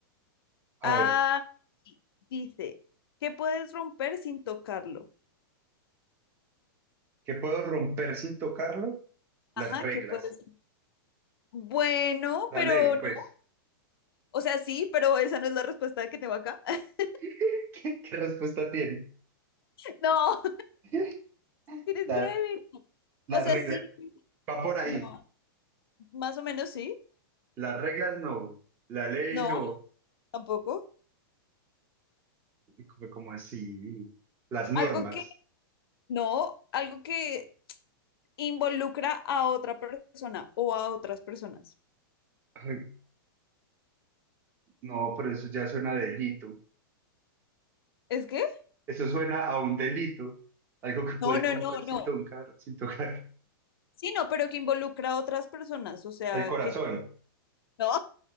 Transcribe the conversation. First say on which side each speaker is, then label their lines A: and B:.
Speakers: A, on the right (about 20°); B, on the left (about 80°).
A: A
B: Ah,
A: ver,
B: sí, dice, ¿qué puedes romper sin tocarlo?
A: ¿qué puedo romper sin tocarlo? Las
B: Ah,
A: reglas,
B: que puedes. Bueno,
A: la
B: pero
A: ley,
B: no.
A: pues.
B: O sea, sí, pero esa no es la respuesta que tengo acá. <laughs>
A: <laughs> ¿Qué, qué respuesta tiene?
B: No,
A: <laughs>
B: eres
A: La,
B: débil.
A: las
B: O sea,
A: reglas,
B: sí,
A: va por ahí.
B: no, más o menos sí.
A: Las reglas no, la ley
B: No,
A: no.
B: tampoco.
A: Como como así? Las normas.
B: Algo que no, algo que involucra a otra persona o a otras personas.
A: Ay, No, pero eso ya suena a delito.
B: ¿Es que?
A: Eso suena a un delito, algo que puede
B: No, no,
A: romper
B: no,
A: sin
B: no.
A: tocar, sin tocar.
B: Sí, no, pero que involucra a otras personas. O sea,
A: El corazón.
B: que no.